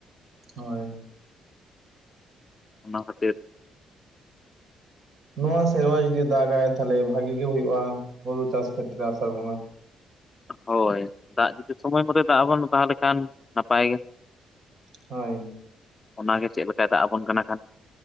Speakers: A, on the right; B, on the left.
A: ᱦᱚᱭ
B: ᱚᱱᱟ ᱠᱷᱟᱹᱛᱤᱨ
A: ᱱᱚᱶᱟ ᱥᱮᱨᱢᱟ ᱡᱩᱫᱤ ᱫᱟᱜ ᱜᱟᱭ ᱛᱷᱟᱞᱮ ᱵᱷᱟᱜᱤ ᱜᱮ ᱦᱩᱭᱩᱜᱼᱟ ᱦᱩᱲᱩ ᱪᱟᱥ ᱠᱷᱮᱛᱨᱮ ᱟᱥᱟᱲ ᱵᱚᱸᱜᱟ᱾
B: ᱦᱚᱭ ᱫᱟᱜ ᱡᱩᱫᱤ ᱥᱚᱢᱚᱭ ᱢᱚᱛᱚᱭ ᱫᱟᱜ ᱟᱵᱟᱱ ᱛᱟᱦᱞᱮ ᱠᱷᱟᱱ ᱱᱟᱯᱟᱭ ᱜᱮ
A: ᱦᱚᱭ
B: ᱚᱱᱟ ᱜᱮ ᱪᱮᱫ ᱞᱮᱠᱟᱭ ᱫᱟᱜ ᱟᱵᱚᱱ ᱠᱟᱱᱟ ᱠᱷᱟᱱ